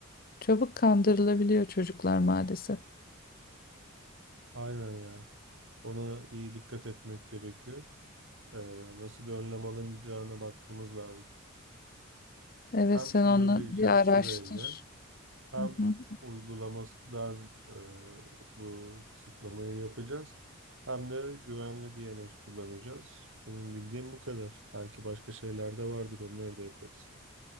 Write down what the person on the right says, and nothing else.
Aynen ya. Ona iyi dikkat etmek gerekiyor. Ee, nasıl bir önlem alınacağına bakmamız lazım.
Hem
sınırlayacağız
süreyle hem
uygulamasından e, bu kısıtlamayı yapacağız. Hem de güvenli DNS kullanacağız. Benim bildiğim bu kadar. Belki başka şeyler de vardır. Onları da yaparız.